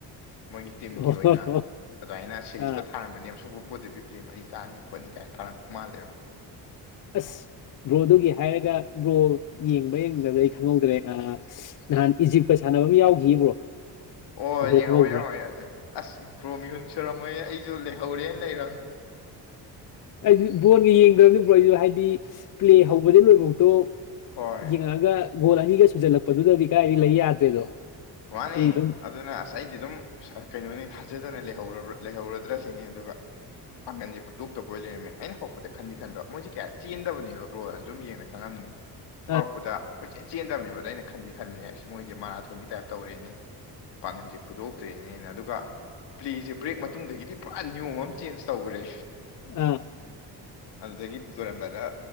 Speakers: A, on the left; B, on the left.
A: ꯃꯣꯏꯒꯤ ꯇꯤꯝꯒꯤ
B: ꯑꯣ
A: ꯑꯣꯏꯅ
B: ꯍꯣ ꯍꯣ
A: ꯑꯗꯨꯃꯥꯏꯅ ꯁꯤꯔꯤꯁꯇ
B: ꯑ
A: ꯊꯥꯔꯝꯃꯅꯦꯕ ꯁꯨꯡꯄꯣꯄꯣꯗꯕꯤ ꯄ꯭ꯂꯦ ꯃꯔꯤ ꯀꯥꯅꯤ ꯈꯣꯠꯅꯤ ꯀꯥꯏꯅ ꯊꯥꯔꯝꯗꯧ ꯃꯥꯜꯂꯦꯕ
B: ꯑꯁ ꯕ꯭ꯔꯣꯗꯨꯒꯤ ꯍꯥꯏꯔꯒ ꯕ꯭ꯔꯣ ꯌꯦꯡꯕ ꯌꯦꯡꯗꯕꯗ ꯑꯩ ꯈꯪꯍꯧꯗ꯭ꯔꯦ ꯑꯥ ꯅꯍꯥꯟ ꯏꯖꯤꯞꯀ ꯁꯥꯟꯅꯕ ꯑꯃ ꯌꯥꯎꯈꯤ ꯕ꯭ꯔꯣ
A: ꯑꯣ
B: ꯕ꯭ꯔꯣ
A: ꯌꯦꯡꯍꯧꯋꯦ
B: ꯈꯪꯍꯧꯕ꯭ꯔꯥ
A: ꯌꯦꯡꯍꯧꯋꯦ ꯑꯁꯤ ꯑꯁ ꯕ꯭ꯔꯣ ꯃꯤꯍꯨꯟ ꯁꯨꯔꯝꯃꯣꯏꯌꯦ ꯑꯩꯁꯨ ꯂꯩꯍꯧꯔꯦꯅ ꯂꯩꯔꯕꯅꯤ
B: ꯑꯩꯁꯨ ꯕꯣꯟꯒ ꯌꯦꯡꯗ꯭ꯔꯕꯅꯦ ꯕ꯭ꯔꯣ ꯑꯩꯁꯨ ꯍꯥꯏꯗꯤ ꯄ꯭ꯂꯦ ꯍꯧꯕꯗꯩ ꯂꯣꯏꯐꯥꯎꯇꯣ
A: ꯍꯣꯏ
B: ꯌꯦꯡꯉꯒ ꯒꯣꯜ ꯑꯅꯤꯒ ꯁꯨꯖꯜꯂꯛꯄꯗꯨꯗꯗꯤ ꯀꯥꯏ ꯂꯩ ꯌꯥꯗ꯭ꯔꯦꯗꯣ
A: ꯋꯥꯅꯤ
B: ꯑꯩ ꯑꯗꯨꯝ
A: ꯑꯗꯨꯅ ꯑꯁ ꯑꯩ ꯑꯗꯨꯝ ꯑꯁ ꯑ ꯀꯩꯩꯅꯣꯅꯤ ꯊꯥꯖꯗꯅ ꯂꯩꯍꯧꯔꯕ꯭ꯔ ꯂꯩꯍꯧꯔꯗ꯭ꯔ ꯁꯤꯅꯤ ꯑꯗꯨꯒ ꯄꯥꯡꯒꯜꯖꯦ ꯐꯨꯗꯣꯛꯇꯕ ꯑꯣꯏ ꯂꯩꯔꯝꯃꯦ ꯑꯩꯅ ꯍꯧꯔꯛꯄꯗ ꯈꯟꯗꯤ ꯈꯟꯕ ꯃꯣꯏꯁꯦ ꯀꯌꯥ ꯆꯦꯟꯗꯕꯅꯦꯕ ꯕ꯭ꯔꯣ ꯑꯗꯨꯝ ꯌꯦꯡꯕꯗ ꯈꯪꯉꯝꯅꯤ
B: ꯎ <inaudible>
A: ꯍꯧꯥꯎꯔꯛꯄꯗ ꯀꯣꯏꯆꯦꯟ ꯆꯦꯟꯗꯕꯅꯦꯕꯗ ꯑꯩꯅ ꯈꯟꯗꯤ ꯈꯟꯕꯅꯤ ꯑꯁ ꯃꯣꯏꯁꯦ ꯃꯔꯥꯊꯣꯟꯒꯤ ꯇꯥꯏꯞ ꯇꯧꯔꯦꯅꯦ ꯄꯥꯡꯒꯟꯁꯦ ꯐꯨꯗꯣꯛꯇ꯭ꯔꯦꯅꯦꯅ ꯑꯗꯨꯒ ꯄ꯭ꯂꯦꯖꯦ ꯕ꯭ꯔꯦꯛ ꯃꯇꯨꯡꯗꯒꯤꯗꯤ ꯄꯨꯔꯥ ꯅꯤꯌꯣꯝ ꯑꯃ ꯆꯦꯟꯖ ꯇꯧꯒ꯭ꯔꯦ
B: ꯑꯥ
A: ꯑꯗꯨꯗꯒꯤꯗꯤ ꯂꯣꯏꯔꯝꯗꯥꯏꯗ